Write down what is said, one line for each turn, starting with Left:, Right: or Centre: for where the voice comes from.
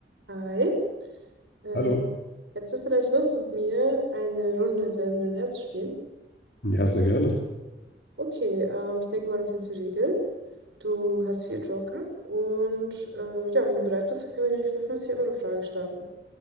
Right: Hi. Äh,
Left: Hallo.
Right: hättest du vielleicht Lust mit mir eine Runde Wer wird Millionär zu spielen?
Left: Ja, sehr gerne.
Right: Okay, ähm, ich denke mal, du kennst die Regeln. Du hast vier Joker und äh, ja, wenn du bereit bist, dann können wir gleich mit der 50-Euro-Frage starten.